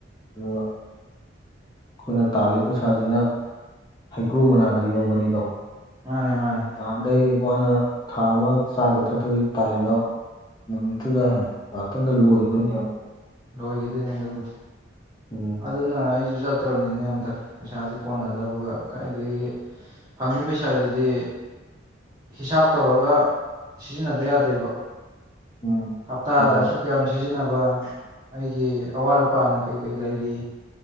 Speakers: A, on the left; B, on the right.
A: ꯑꯗꯨꯒ ꯑꯩꯈꯣꯏꯅ ꯇꯥꯜꯂꯤ ꯄꯩꯁꯥꯁꯤꯅ ꯍꯩꯀ꯭ꯔꯨ ꯃꯅꯥꯗ ꯌꯣꯕꯅꯤꯗꯣ
B: ꯃꯥꯅꯦ ꯃꯥꯅꯦ
A: ꯅꯍꯥꯟꯗꯩ ꯋꯥꯅ ꯊꯥ ꯑꯃ ꯆꯥꯗ ꯊꯛꯇꯕꯤ ꯇꯥꯜꯂꯤꯗꯣ ꯅꯨꯃꯤꯠꯇꯨꯗ
B: ꯎꯝ
A: ꯉꯥꯏꯍꯥꯛꯇꯪꯗ ꯂꯣꯏꯈꯤꯗꯣꯏꯅꯦꯕ
B: ꯂꯣꯏꯈꯤꯗꯣꯏꯅꯦ ꯑꯗꯨꯕꯨꯗꯤ
A: ꯎꯝ
B: ꯑꯗꯨꯅ ꯑꯩꯁꯨ ꯆꯠꯇ꯭ꯔꯕꯅꯤꯅꯦ ꯑꯝꯇ ꯄꯩꯁꯥꯁꯦ ꯀꯣꯟꯅꯗꯕꯒ ꯀꯥꯏꯗꯒꯤ ꯐꯪꯤ ꯄꯩꯁꯥ ꯑꯗꯨꯗꯤ ꯍꯤꯁꯥꯞ ꯇꯧꯔꯒ ꯁꯤꯖꯤꯟꯅꯗ ꯌꯥꯗꯦꯕ
A: ꯎꯝ
B: ꯍꯞꯇꯥꯗꯁꯨ
A: ꯃꯥꯅꯦ
B: ꯀꯌꯥꯝ ꯁꯤꯖꯤꯟꯅꯕ ꯑꯩꯒꯤ ꯑꯋꯥꯠ ꯑꯄꯥꯅ ꯀꯩ ꯀꯩ ꯂꯩꯔꯤ